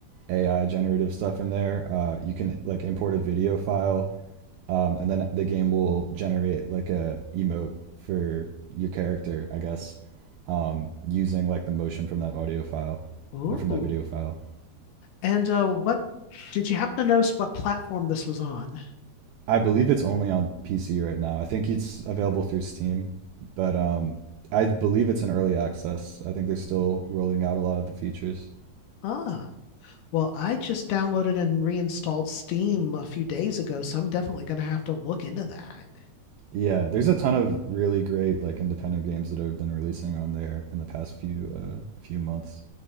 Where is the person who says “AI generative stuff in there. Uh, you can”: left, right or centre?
Right